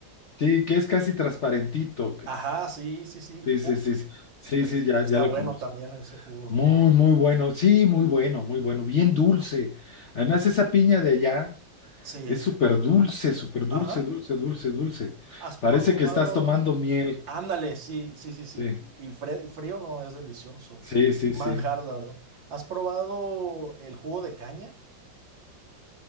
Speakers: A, on the left; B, on the right.
A: Sí, que es casi transparentito, cabrón.
B: Ajá, sí, sí, sí.
A: Sí, sí,
B: Uh,
A: sí, sí, sí,
B: es-
A: sí, ya,
B: está
A: ya lo
B: bueno
A: conozco.
B: también ese jugo.
A: Muy, muy bueno, sí, muy bueno, muy bueno, bien dulce. Además, esa piña de allá
B: Sí,
A: es súper dulce, súper dulce,
B: ajá.
A: dulce, dulce, dulce.
B: ¿Has probado?
A: Parece que estás tomando miel.
B: Ándale,
A: cabrón.
B: sí, sí, sí, sí.
A: Sí,
B: Y, y fre- y frío no es delicioso.
A: sí, sí,
B: Manjar,
A: sí.
B: la verdad. ¿Has probado el jugo de caña?